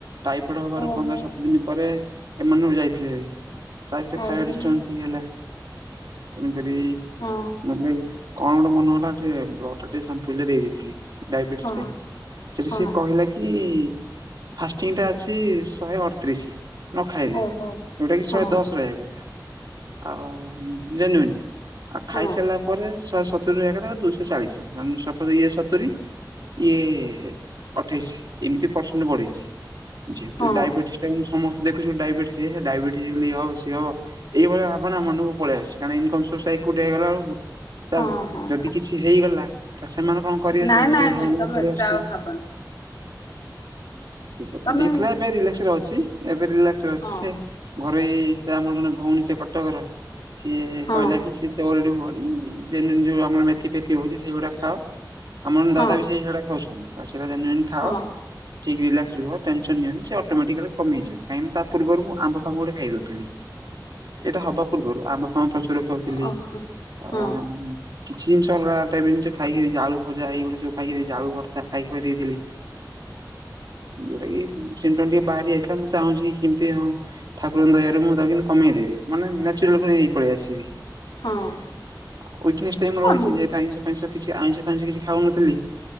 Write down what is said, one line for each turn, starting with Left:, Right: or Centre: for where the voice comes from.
Right: ଟାଇଫୋଏଡ ହବାର
Left: ଓହୋ
Right: ପନ୍ଦର ସତର ଦିନି ପରେ ଏମାନରୁ ଯାଇଥିଲି ଭାରି ତା ଭିତରେ
Left: ଓହୋ
Right: ଖାଇବା ଡିଷ୍ଟାନ୍ସ ହେଲା। ତେଣୁ କରି
Left: ହଁ
Right: ମତେ କଣ ଗୋଟେ ମନେ ହେଲା ଟିକେ ବ୍ଲଡ ଟିକେ ସମ୍ପଲ୍ ଦେଇେ ଦେଇଥିଲି। ଡାଇବେଟିସ
Left: ହଁ
Right: ପାଇଁ ସେଠି
Left: ହଁ
Right: ସେଏ କହିଲା କି ଫାଷ୍ଟିଂଟା ଅଛି ଶହେ ଅଠତିରିଶି। ନ ଖାଇଲେ
Left: ଓହୋ
Right: ଯୋଉଟା କି ଶହେ
Left: ହଁ
Right: ଦଶ ରହିବା କଥା ଆଉ ଜେନଉଇନ୍। ଆଉ
Left: ହଁ
Right: ଖାଇସାରିଲା ପରେ ଶହେ ସତୁରି ରହିବା କଥା ଦୁଇଶହ ଚାଳିଶ ମାନ ଇଏ ସତୁରୀ ଇଏ ଅଠେଇଶି ଏମିତି ପରସେଣ୍ଟ ବଢିଛି। ଯେହେତୁ,
Left: ହଁ
Right: ଡାଇବେଟିସ୍ ଟା ମୁଁ ସମସ୍ତେ ଦେଖୁଚ ଡାଇବେଟିସ, ଡାଇବେଟିସ ହେଲେ ଇଏ ହବ ସିଏ ହବ ଏଇଭଳିଆ ଭାବନା ମନକୁ ପଳାଇ ଆସଛି। କାରଣ ଇନକମ ସୋର୍ସା ଏକୁଟିଥା ହେଇଗଲା ବେଳକୁ
Left: ହଁ
Right: ଆଉ
Left: ହଁ
Right: ଯଦି କିଛି ହେଇଗଲା, ତାହଲେ ସେମାନେ କଣ କରିବେସବୁ
Left: ନାଇଁ ନାଇଁ
Right: ସେ ଭାବନା
Left: ନାଇଁ
Right: ମନକୁ
Left: ତମେ
Right: ପଳାଇ
Left: ଏତେ
Right: ଆସୁଛି।
Left: ଆଉ ଭାବନି
Right: ସେସ୍ୱପ୍ନ
Left: ତମେ
Right: ଟିକେ ଥିଲା ଏବେରିଲାକ୍ସରେ ଅଛି, ଏବେରିଲାକ୍ସ ଅଛିସେ
Left: ହଁ
Right: ଘରେ ସେ ଆମର ଜଣେ ଭଉଣୀ ସେ କଟକର, ସିଏ
Left: ହଁ
Right: କହିଲା କି ସେ ଓରିଡି ହୁଅନି, ଜେଲୁନ୍ ଯେଉଁ ଆମର ମେଥି ଫେଥି ହେଉଛି ସେଇଗୁଡ଼ା ଖାଅ ଆମର
Left: ହଁ
Right: ଦାଦା ବି ସେଇ ସେଟା ଖାଉଛନ୍ତି, ସେଟା ଜେନିନି ଖାଅ
Left: ହଁ
Right: ଠିକ ରିଲାକ୍ସ ରୁହ, ଟେନସନ୍ ନିଅନି, ସେ ଅଟୋମେଟିକାଲ କମିଯିବ। କାହିଁକି ନା, ତା ପୂର୍ବରୁ ମୁଁ ଆମ୍ବ ଫାମ୍ୱ ଗୁଡେ ଖାଇଦଉଥିଲି, ଏଇଟା ହବା ପୂର୍ବରୁ ଆମ୍ବ ଫାମ୍ୱ ପ୍ରଚୁର ଖାଉଥିଲି।
Left: ଓହୋ ହଁ
Right: ଆ କିଛି ଜିନଷ ଅଲଗା ଟାଇପର ଜିନିଷ ଖାଇକି ଦେଇଛି, ଆଳୁଭଜା ଏଇଗୁଡା ସବୁ ଖାଇକି ଦେଇଛି, ଆଳୁଭତ୍ତା ଖାଇ ଖୁଆ ଦେଇଥିଲି।
Left: ହ <unintelligible>
Right: ଯୋଉଟା କି ଟିକେ ବାହାରି ଯାଇଥିଲା, ମୁଁ ଚାହୁଁଛି କେମିତି ହଁ ଠାକୁଙ୍କ ଦୟାାରୁ ମୁଁ ତାକୁ କିନ୍ତୁ କମେଇ ଦେବି, ମାନେ ନେଚୁରାଲକୁ ନେଇପଳେଇ ଆସିବି।
Left: ହଁ
Right: ଉ ଇକେନେସ ଟାଇମ
Left: କମିଯିବ
Right: ରହିଛି, ଯେହେତୁ ଆଇଁଷ ଆଇଁଷ କିଛି ଆଇଁଷ ଫାଇଁଷ କିଛି ଖାଉନଥିଲି,